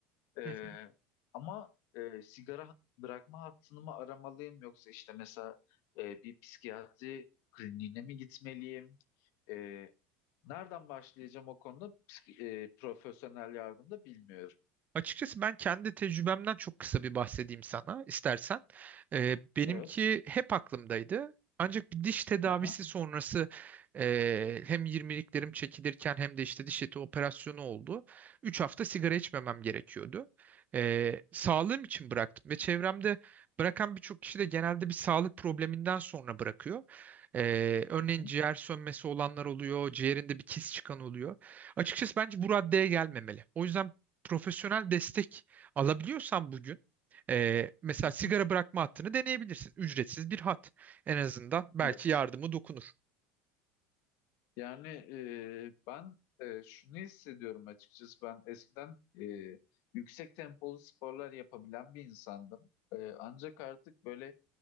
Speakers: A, on the left (about 65°); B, on the right (about 35°).
A: Ee,
B: <laughs>
A: ama e, sigara bırakma hattını mı aramalıyım yoksa işte mesela e, bir psikiyatri kliniğine mi gitmeliyim? E, nereden başlayacağım o konuda Psik- e, profesyonel yardım da bilmiyorum.
B: Açıkçası ben kendi tecrübemden çok kısa bir bahsedeyim sana istersen. Ee, benimki
A: Evet.
B: hep aklımdaydı. Ancak bir diş tedavisi
A: Aha.
B: sonrası e, hem 20'liklerim çekilirken hem de işte diş eti operasyonu oldu. 3 hafta sigara içmemem gerekiyordu. Ee, sağlığım için bıraktım ve çevremde bırakan birçok kişi de genelde bir sağlık probleminden sonra bırakıyor. Ee, örneğin
A: Aha.
B: ciğer sönmesi olanlar oluyor, ciğerinde bir kis çıkan oluyor. Açıkçası bence bu raddeye gelmemeli. O yüzden profesyonel destek alabiliyorsan bugün e, mesela
A: Hı
B: sigara
A: hı.
B: bırakma hattını deneyebilirsin. Ücretsiz bir hat. En azından belki
A: Evet.
B: yardımı dokunur.
A: Yani e, ben e, şunu hissediyorum açıkçası ben eskiden e, yüksek tempolu sporlar yapabilen bir insandım. E, ancak artık böyle